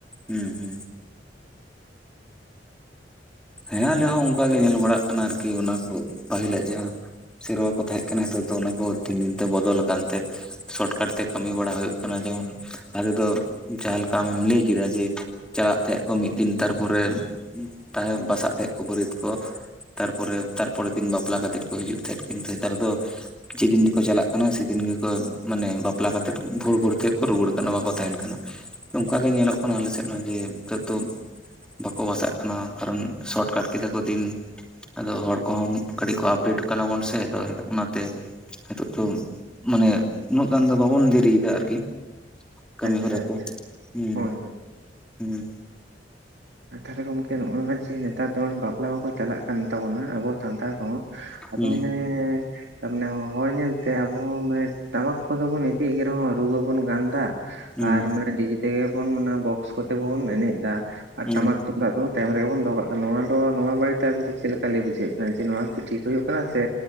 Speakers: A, in the centre; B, on the right.
A: ᱦᱩᱸᱦᱩ ᱦᱮᱸ ᱟᱞᱮ ᱦᱚᱸ ᱚᱱᱠᱟ ᱜᱮ ᱧᱮᱞ ᱵᱟᱲᱟᱜ ᱠᱟᱱᱟ ᱟᱨᱠᱤ, ᱚᱱᱟ ᱠᱚ ᱯᱟᱹᱦᱤᱞᱟᱜ ᱡᱟᱦᱟᱸ ᱥᱮᱨᱣᱟ ᱠᱚ ᱛᱟᱦᱮᱸ ᱠᱟᱱᱟ ᱱᱤᱛᱚᱜ ᱫᱚ ᱚᱱᱟ ᱠᱚ ᱫᱤᱱ ᱫᱤᱱ ᱛᱮ ᱵᱚᱫᱚᱞ ᱟᱠᱟᱱ ᱛᱮ᱾ ᱥᱚᱴᱠᱟᱴ ᱛᱮ ᱠᱟᱹᱢᱤ ᱵᱟᱲᱟ ᱦᱩᱭᱩᱜ ᱠᱟᱱᱟ᱾ ᱡᱮᱢᱚᱱ ᱟᱞᱮ ᱫᱚ, ᱡᱟᱦᱟᱸ ᱞᱮᱠᱟ ᱟᱢᱮᱢ ᱞᱟᱹᱭ ᱠᱮᱫᱟ ᱡᱮ ᱪᱟᱞᱟᱜ ᱛᱟᱦᱮᱸᱜ ᱠᱚ ᱢᱤᱫ ᱫᱤᱱ ᱛᱟᱨᱯᱚᱨᱮ ᱛᱟᱦᱮᱸ ᱵᱟᱥᱟᱜ ᱛᱟᱦᱮᱸᱫ ᱠᱚ ᱵᱟᱹᱨᱭᱟᱹᱛ ᱠᱚ ᱛᱟᱨᱯᱚᱨᱮ, ᱛᱟᱨᱯᱚᱨᱮ ᱫᱤᱱ ᱵᱟᱯᱞᱟ ᱠᱟᱛᱮᱜ ᱠᱚ ᱦᱤᱡᱩᱜ ᱛᱟᱦᱮᱸᱫ, ᱠᱤᱱᱛᱩ ᱱᱮᱛᱟᱨ ᱫᱚ ᱡᱮᱫᱤᱱ ᱜᱮᱠᱚ ᱪᱟᱞᱟᱜ ᱠᱟᱱᱟ ᱥᱮᱫᱤᱱ ᱜᱮᱠᱚ ᱢᱟᱱᱮ ᱵᱟᱯᱞᱟ ᱠᱟᱛᱮᱫ ᱵᱷᱳᱨ ᱵᱷᱳᱨ ᱛᱮ ᱠᱚ ᱨᱩᱣᱟᱹᱲ ᱠᱟᱱᱟ ᱵᱟᱠᱚ ᱛᱟᱦᱮᱱ ᱠᱟᱱᱟ᱾ ᱚᱝᱠᱟᱜᱮ ᱧᱮᱞᱚᱜ ᱠᱟᱱᱟ ᱟᱞᱮᱥᱮᱫ ᱦᱚᱸ ᱡᱮ ᱱᱤᱛᱚᱜ ᱫᱚ ᱵᱟᱠᱚ ᱵᱟᱥᱟᱜ ᱠᱟᱱᱟ᱾ ᱠᱟᱨᱚᱱ ᱥᱚᱴ ᱠᱟᱴ ᱠᱮᱫᱟ ᱠᱚ ᱫᱤᱱ, ᱟᱫᱚ ᱦᱚᱲ ᱠᱚᱦᱚᱸ ᱠᱟᱹᱴᱤᱡ ᱠᱚ ᱟᱯᱰᱮᱴ ᱠᱟᱱᱟ ᱵᱚᱱ ᱥᱮ ᱟᱫᱚ ᱚᱱᱟᱛᱮ᱾ ᱱᱤᱛᱚᱜ ᱫᱚ ᱢᱟᱱᱮ ᱩᱱᱟᱹᱜ ᱜᱟᱱ ᱫᱚ ᱵᱟᱵᱚᱱ ᱫᱮᱨᱤᱭᱫᱟ ᱟᱨᱠᱤ᱾ ᱠᱟᱹᱢᱤ
B: ᱟᱪᱪᱷᱟ
A: ᱦᱚᱨᱟ
B: ᱟᱪᱪᱷᱟ
A: ᱠᱚ᱾ ᱦᱩᱸ,
B: ᱦᱳᱭ ᱦᱳᱭ
A: ᱦᱩᱸ,
B: ᱟᱨ ᱛᱟᱦᱚᱞᱮ ᱜᱚᱝᱠᱮ ᱱᱚᱜᱼᱚᱭ ᱱᱚᱶᱟ ᱡᱮ ᱱᱮᱛᱟᱨ ᱫᱚ ᱵᱟᱯᱞᱟ ᱠᱚ ᱠᱚ ᱪᱟᱞᱟᱜ ᱠᱟᱱ ᱛᱟᱵᱚᱱᱟ ᱟᱵᱚ ᱥᱟᱱᱛᱟᱲ ᱠᱚᱦᱚᱸ ᱟᱫᱚ
A: ᱦᱩᱸ
B: ᱚᱱᱮ ᱛᱟᱨᱢᱟᱱᱮ ᱦᱚᱲ ᱧᱮᱞᱛᱮ ᱟᱵᱚ ᱦᱚᱸ ᱢᱟᱱᱮ ᱴᱟᱢᱟᱠ ᱠᱚᱫ ᱵᱩᱱ ᱤᱫᱤᱭ ᱜᱮ ᱨᱮᱦᱚᱸ ᱨᱩ ᱵᱟᱹᱵᱩᱱ ᱜᱟᱱᱫᱟ ᱟᱨ
A: ᱦᱩᱸ
B: ᱢᱟᱱᱮ ᱰᱤᱡᱮ ᱛᱮᱜᱮ ᱵᱚᱱ ᱵᱚᱠᱥ ᱠᱚ ᱛᱮ ᱵᱚᱱ ᱮᱱᱮᱡ ᱫᱟ ᱟᱨ
A: ᱦᱩᱸ
B: ᱴᱟᱢᱟᱠ ᱛᱩ ᱫᱟᱜ ᱫᱚ ᱛᱟᱭᱚᱢ ᱨᱮᱜᱮ ᱵᱚᱱ ᱫᱚᱦᱚ ᱠᱟᱜ ᱠᱟᱱᱟ ᱱᱚᱶᱟ ᱫᱚ ᱱᱚᱶᱟ ᱵᱟᱨᱮᱛᱮ ᱟᱵᱤᱱ ᱫᱚ ᱪᱮᱫ ᱞᱮᱠᱟ ᱞᱟᱹᱭ ᱵᱩᱡᱷᱟᱹᱣᱮᱫ ᱠᱟᱱᱟ ᱡᱮ ᱱᱚᱶᱟ ᱠᱤ ᱴᱷᱤᱠ ᱦᱩᱭᱩᱜ ᱠᱟᱱᱟ ᱥᱮ